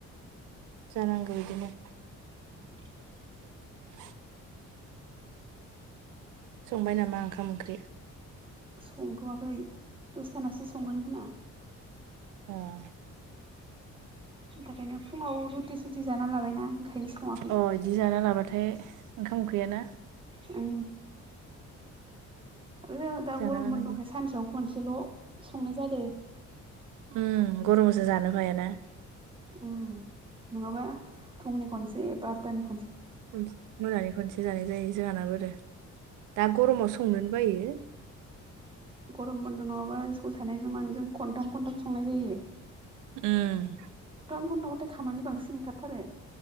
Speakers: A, on the right; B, on the right.
A: जानांगौ इदिनो।
B: <unintelligible> <inaudible>
A: <unintelligible> <inaudible> संबाय नामा ओंखाम ओंख्रि?
B: संथ'वाखै दसथानासो संगोन खोमा।
A: औ
B: बेखायनो फुङाव रुत सुथि जाना लाबायना। ओंखायनो सङाखै
A: अ बिदि जाना लाबाथाय ओंखाम उखैयाना।
B: औ आरो जोंहा दा
A: जाना
B: गरम
A: लानांगौ
B: बन्दखाय सानसेयाव खनसेल' संनाय जादों।
A: उ गरमजों जानो हायाना।
B: उ नङाबा फुंनि खनसे बार'तानि
A: ख मोनानि खनसे जानाय जायो जोंहानाब ब आरो दा गरमाव संनोनो बायो
B: गरम बन्द' नङाबा स्कुल थानाय जमान जों खनथाम खनथाम संनाय जायो
A: उम
B: फनावथे खामानि बांसिन ओंखारथारो